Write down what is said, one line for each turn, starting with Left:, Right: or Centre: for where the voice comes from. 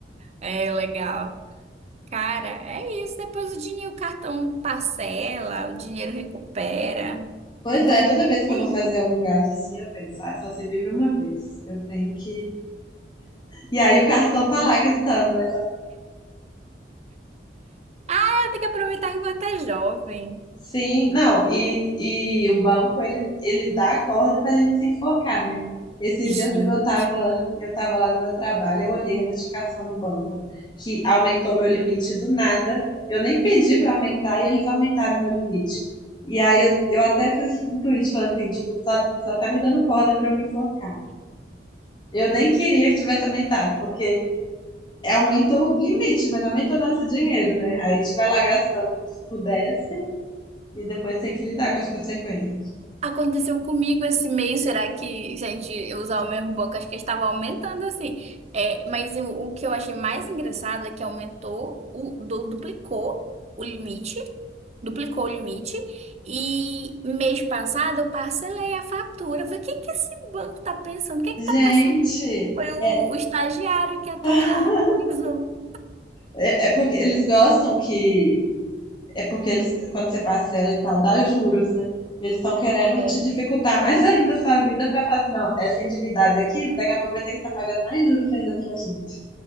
Right: É legal. Cara, é isso. Depois o dinheiro, o cartão parcela, o dinheiro recupera.
Left: Pois
Right: É importante.
Left: é, toda vez que eu vou fazer algum gasto assim, eu penso, ah, só se vive uma vez. Eu tenho que. E aí o cartão tá lá gritando, né?
Right: É, tem que aproveitar enquanto é jovem.
Left: Sim, não, e, e o banco, ele, ele dá a corda pra gente se enforcar, né? Esses
Right: Gente.
Left: dias mesmo eu tava, eu tava lá no meu trabalho, eu olhei a notificação do banco, que aumentou meu limite do nada. Eu nem pedi pra aumentar e eles aumentaram meu limite. E aí eu, eu até fiz um tweet falando assim, tipo, só, só tá me dando corda pra eu me enforcar. Eu nem queria que tivesse aumentado, porque é, aumenta o limite, mas não aumenta o nosso dinheiro, né? Aí a gente vai lá gastando como se pudesse e depois tem que lidar com as consequências.
Right: Aconteceu comigo esse mês, será que se a gente usar o mesmo banco, acho que estava aumentando assim. É, mas eu- o que eu achei mais engraçado é que aumentou, o, du- duplicou o limite, duplicou o limite, e mês passado eu parcelei a fatura. Eu falei, o que que esse banco tá pensando? O que
Left: Gente,
Right: que tá passando? Foi o,
Left: é,
Right: o estagiário que atu-
Left: <laughs>
Right: atualizou.
Left: é, é porque eles gostam que. É porque eles, quando você parcela e tal, dá juros, né? Eles estão querendo
Right: É.
Left: te dificultar mais ainda a sua vida para falar assim, não, essa endividada aqui, daqui a pouco vai ter que estar pagando mais juros ainda pra gente.